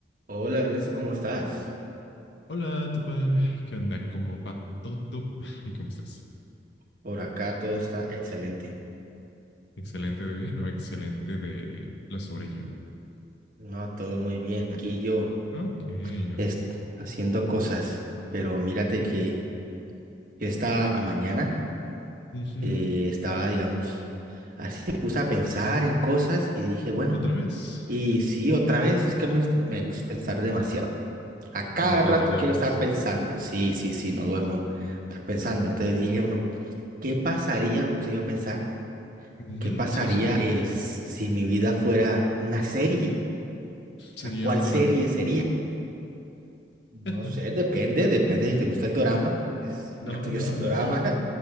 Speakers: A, on the right; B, on the left.
A: Hola Renzo, ¿cómo estás?
B: Hola, Tupán. ¿Qué onda? ¿Cómo va todo? ¿Y cómo estás?
A: Por acá todo está excelente.
B: ¿Excelente de bien o excelente de lo sobrellevo?
A: No, todo muy bien. Aquí yo
B: Ok, ok.
A: est- haciendo cosas, pero mírate que yo esta mañana
B: Ujú,
A: eh, estaba, digamos, me puse a pensar en cosas y dije, bueno,
B: ¿Otra vez?
A: y sí, otra vez, es que me, me gusta pensar demasiado. A cada
B: No, y
A: rato
B: no duermes.
A: quiero estar pensando. Sí, sí, sí, no duermo pensando. Entonces dije, bueno, ¿qué pasaría? Me puse yo a pensar.
B: Ujú,
A: ¿Qué pasaría
B: Sí, sí.
A: es, si mi vida fuera una serie? O
B: ¿Sería
A: sea, ¿cuál
B: un drama?
A: serie sería? No
B: <laughs>
A: sé, depende, depende si te gusta el dorama. Pues,
B: No,
A: el tuyo
B: no,
A: es el
B: no,
A: dorama.
B: yo, yo.